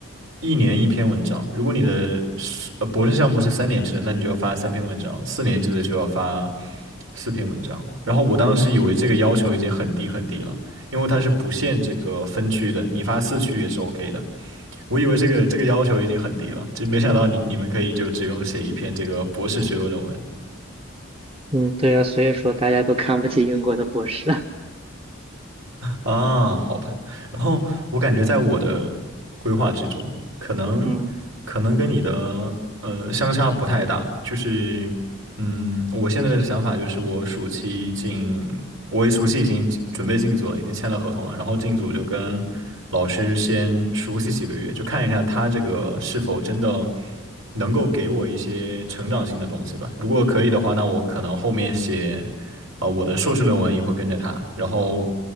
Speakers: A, on the right; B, on the right.
A: 一年一篇文章。如果你的是呃博士项目是三年制的，那你就要发三篇文章；四年制的就要发四篇文章。然后我当时以为这个要求已经很低很低了，因为它是不限这个分区的，你发四区也是 OK 的。我以为这个这个要求已经很低了，就没想到你你们可以就只用写一篇这个博士学位论文。
B: 嗯，对啊，所以说大家都看不起英国的博士。<laughs>
A: 啊，好吧。然后我感觉在我的规划之中，可能
B: 嗯
A: 可能跟你的呃相差不太大。就是嗯，我现在的想法就是我暑期进我一暑期已经进准备进组了，已经签了合同了。然后进组就跟老师先熟悉几个月，就看一下他这个是否真的能够给我一些成长性的东西吧。如果可以的话，那我可能后面写啊、呃我的硕士论文也会跟着他。然后，